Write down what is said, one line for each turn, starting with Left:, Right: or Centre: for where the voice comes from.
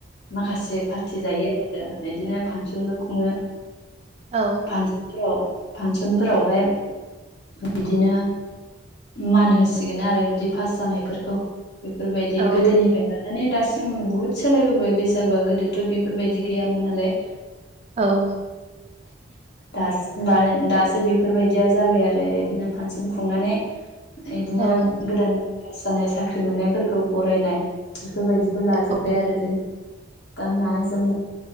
Left: माखासे पार्टि जायो आरो। आरो बिदिनो फानसनबो खुङो।
Right: औ
Left: फानसनफोराव फानसनफोरावहाय बिदिनो मान होसिगोन आरो बिदि पास जानायफोरखौ। बेफोरबायदि
Right: औ
Left: गोदोनिफ्राय लानानै दासिम सिम बुहुद सालायबोबाय बैसागुआ गोदोथ' बेफोरबायदि गैयामोन नालाय।
Right: औ
Left: दासो दासो बेफोरबायदिया जाबाय आरो बिदिनो फानसन खुंनानै बिदिनो
Right: औ
Left: गोदान पास जानाय साख्रि मोननाय फोरखौ बरायनाय। बेफोरबायदिखौ लाजोब्बाय
Right: ओ
Left: आरो जोंनि गाननाय जोमनाय,